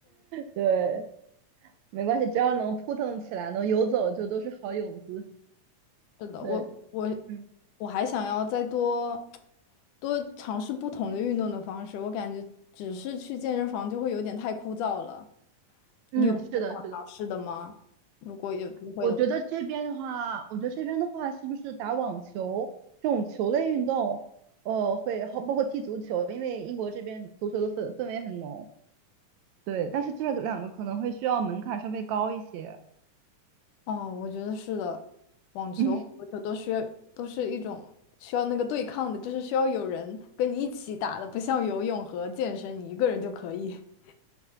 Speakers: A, on the right; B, on the left.
A: 对，没关系，只要能扑腾起来，能游走就都是好泳姿。
B: 是的，
A: 对，
B: 我我
A: 嗯
B: 我还想要再多多尝试不同的运动的方式，我感觉只是去健身房就会有点太枯燥了。
A: 嗯，
B: 你有什么想尝试的吗？
A: 是的，是的。
B: 如果有机会的话，
A: 我觉得这边的话，我觉得这边的话，是不是打网球这种球类运动，呃，会好，包括踢足球，因为英国这边足球的氛氛围很浓，对。但是这两个可能会需要门槛稍微高一些。
B: 哦，我觉得是的，
A: <laughs>
B: 网球、
A: 嗯，
B: 足球都需要都是一种需要那个对抗的，就是需要有人跟你一起打的，不像游泳和健身，你一个人就可以。<laughs>